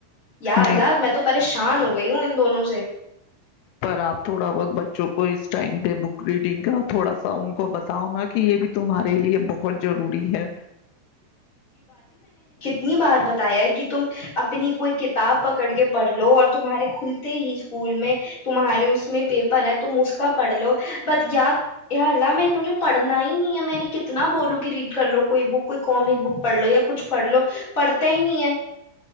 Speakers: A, on the left; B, on the left.
A: یا اللہ
B: نہیں
A: میں تو پریش شان ہو گئی ہوں ان دونوں سے
B: پر آپ تھوڑا بہت بچوں کو اس ٹائم پہ بک ریڈنگ کا تھوڑا سا ان کو بتاؤ نا کہ یہ بھی تمہارے لیے بہت ضروری ہے
A: اپنی بار بتایا کہ تم اپنی کوئی کتاب پکڑ کے پڑھ لو اور تمہارے کھلتے ہی اسکول میں تمہارے اس میں پیپر ہے تم اس کا پڑھ لو بٹ یا اللہ میں تمہیں پڑھنا ہی نہیں ہے میں نے کتنا بولوں گی ریڈ کر لو کوئی بک کوئی کامک بک پڑھ لو یا کچھ پڑھ لو پڑھتا ہی نہیں ہے